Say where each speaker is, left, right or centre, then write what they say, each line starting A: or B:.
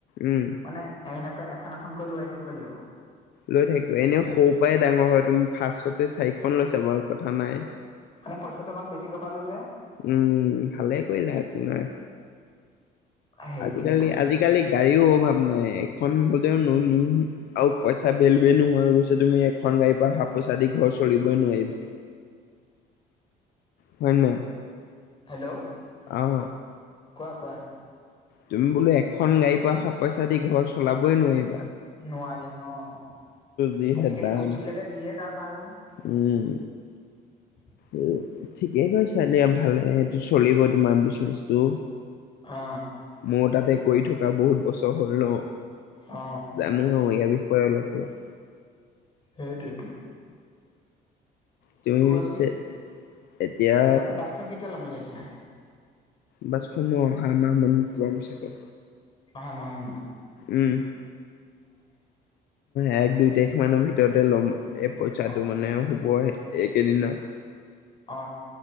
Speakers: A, on the left; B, on the left.
A: উম
B: মানে, এনেকৈ এখন এখনকৈ লোৱাই থাকিব লাগিব।
A: লৈ থাকিব। এনেও সৰু পৰাই ডাঙৰ হয় তুমি ফাৰ্ষ্টতে চাৰিখন লৈছা বাৰু কথা নাই।
B: মানে, পইচাটো অকন বেছিকৈ পালো যে।
A: উম, ভালে কৰিলা একো নাই।
B: সেইটোৱেতো
A: আজিকালি আজিকালি গাড়ীও অভাৱ নাই। এখন হলেও নোললোন আৰু পইচা ভেলুৱে নোহোৱা হৈ গৈছে তুমি এখন গাড়ী পৰা অহা পইচাদি ঘৰ চলিবই নোৱাৰিবা।
B: <inaudible>
A: হয় নাই?
B: হেল্ল'
A: অহ।
B: কোৱা, কোৱা।
A: তুমি বোলো এখন গাড়ীৰ পৰা অহা পইচা দি ঘৰ চলাবই নোৱাৰিম।
B: নোৱাৰিম। অ',
A: যিহে
B: আজিকালি
A: দাম
B: বস্তু বিলাকে যিহে দাম আৰু।
A: উম।
B: <inaudible>
A: উম, ঠিকে কৈছা দিয়া। ভালে, সেইটো চলিব তোমাৰ বিজনেচটো।
B: অ
A: মোৰ তাতে কৰি থকা বহুত বছৰ হ'ল ন।
B: অ
A: জানো আৰু, ইয়াৰ বিষয়ে অলপ অলপ।
B: সেইটোৱেটো।
A: তুমি
B: বাকী,
A: পিছে এতিয়া
B: বাকী বাছখন কেতিয়া ল'ম বুলি ভাবিছা?
A: বাছখন মই অহা মাহ মানত ল'ম চাগে।
B: অহা মাহ মানত।
A: উম, এক দুই তাৰিখ মানৰ ভিতৰতে ল'ম। এই পইচাটো
B: অ
A: মানে, আৰু হ'বহে, এইকেইদিনত।
B: অ